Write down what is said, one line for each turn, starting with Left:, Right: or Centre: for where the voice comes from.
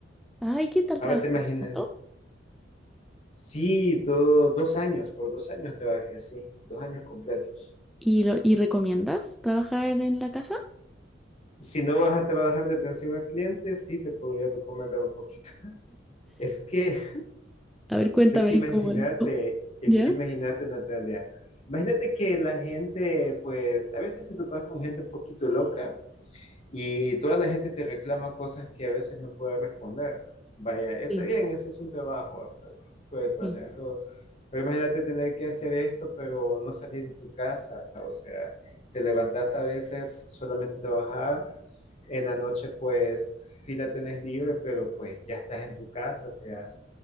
Centre: Ay, ¿qué tal
Left: Ahora
Centre: trabajar?
Left: te imaginas,
Centre: remoto?
Left: sí, todo, dos años, por dos años trabajé así, dos años completos.
Centre: ¿Y, lo, y recomiendas trabajar en la casa?
Left: Si no vas a trabajar de atención al cliente, sí te podría recomendar un poquito. <laughs> Es que,
Centre: A ver, cuéntame
Left: es que imagínate,
Centre: cómo. cómo-
Left: es
Centre: ¿Ya?
Left: que imagínate, Natalia, imagínate que la gente, pues, a veces te topas con gente un poquito loca Y toda la gente te reclama cosas que a veces no puedes responder. Vaya, está
Centre: Sí,
Left: bien, ese es un trabajo, ¿verdad? Puede pasar
Centre: sí.
Left: en todos. Pero imagínate tener que hacer esto, pero no salir de tu casa. O sea, te levantas a veces solamente a trabajar. En la noche, pues sí la tenés libre, pero pues ya estás en tu casa. O sea,